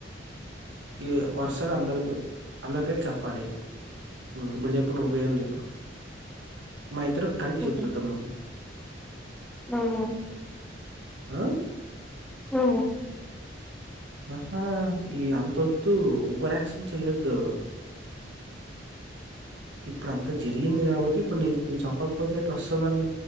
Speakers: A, on the right; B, in the centre.
A: ఈ వరుసగా అ అందరి పేర్లు చెప్పాలి ఇప్పుడు చెప్పు నకేం చెప్ప మా ఇతేరు కలిపి
B: నువ్వు
A: చెపు చతాం ను
B: నువ్వు
A: హ
B: ఆ
A: ఆహా ఈ అంత వద్దు ఒక యాక్క్షన్ చెయ్యొద్దు ఇప్పుడు అంత జరిగింది కాబట్టి ఇప్పుడు నేను చెప్పకపోతే ఇ వస్తుందని